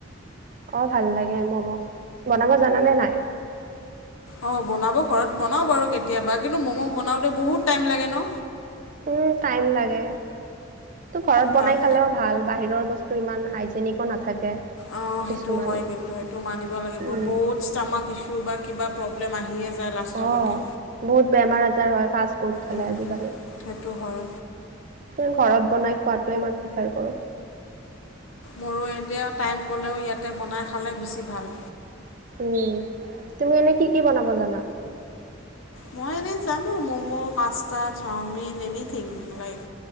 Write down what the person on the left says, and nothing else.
অঁ বনাব ঘৰত বনাওঁ বাৰু কেতিয়াবা কিন্তু ম'ম' বনাওঁতে বহুত টাইম লাগে ন।
তাক
অ
সেইটো হয় কিন্তু সেইটো মানিব লাগিব
বহুত ষ্টামাক ইচু তো বা কিবা প্ৰব্লেম আহিয়ে যায়। লাষ্টলৈকে
উম,
সেইটো হয়,
মোৰো এতিয়া টাইম গ'লেও ইয়াতে বনাই খালে বেছি ভাল।
মই এনেই জানো momo, pasta, chowmein, anything like